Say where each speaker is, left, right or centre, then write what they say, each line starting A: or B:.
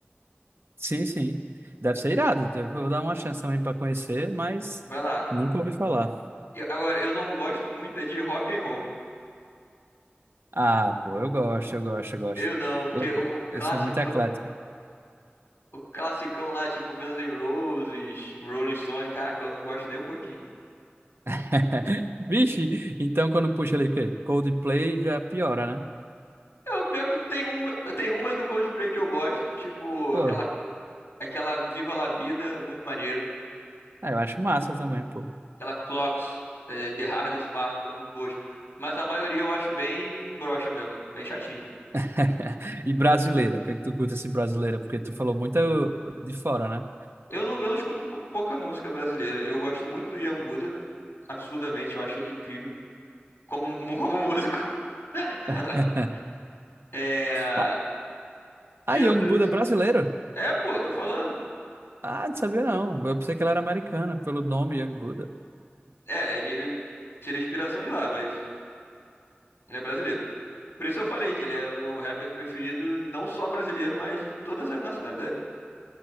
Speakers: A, on the right; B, on the left.
A: Sim, sim, deve ser irado, eu vou dar uma chance também pra conhecer, mas
B: Vai lá.
A: nunca ouvi falar.
B: Eu- agora, eu não gosto muito é de rock and roll.
A: Ah, pô, eu gosto, eu gosto, eu gosto.
B: Eu não, porque
A: Eu,
B: o, o
A: eu
B: classicão
A: sou muito eclético.
B: O classicão lá, tipo Guns N' Roses, Rolling Stone, caraca, eu não gosto nem um pouquinho.
A: <laughs> Vixe, então quando puxa ali o quê? Coldplay já piora, né?
B: É, o pior é que tem uma, tem umas do Coldplay que eu gosto, tipo
A: Pô,
B: aquela, aquela Viva La Vida, muito maneiro.
A: ah, eu acho massa também, pô.
B: Aquela Clocks, eh, The Hardest Part, são muito boas. Mas a maioria eu acho bem broxa mesmo, bem chatinho.
A: <laughs> E brasileira, o que é que tu curta assim brasileira? Porque tu falou muito de fora, né?
B: Eu não, eu não escuto pou- pouca música brasileira. Eu gosto muito do Ian Buda, absurdamente, eu acho ele incrível como, como músico. <laughs>
A: <laughs>
B: É,
A: Ah,
B: tirando
A: ah, Young Buddha
B: isso.
A: é brasileiro?
B: É, pô, tô falando.
A: Ah, não sabia não. Eu pensei que ela era americana, pelo nome Young Buddha.
B: É, ele tira inspiração de lá, mas ele é brasileiro. Por isso eu falei que ele é meu rapper preferido, não só brasileiro, mas de todas as nacionalidades.